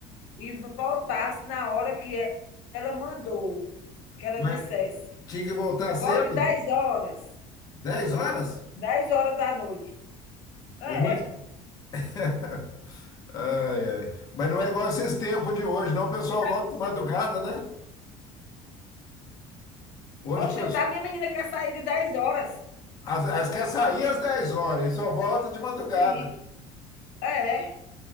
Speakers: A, on the left (about 80°); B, on the left (about 30°).
A: e voltasse na hora que ela mandou, que ela
B: Mas
A: dissesse.
B: tinha que voltar cedo?
A: Volte 10 horas,
B: Dez horas?
A: 10 horas da noite. É,
B: O- <laughs> Ai, ai. Mas não é igual esses tempos de hoje, não. O pessoal
A: cidade
B: volta
A: pequena.
B: de madrugada, né? Hoje
A: Oxe,
B: o pessoal.
A: tá, minha menina quer sair de 10 horas.
B: As, as quer sair às 10 horas e só volta de madrugada.
A: Sim, é, é.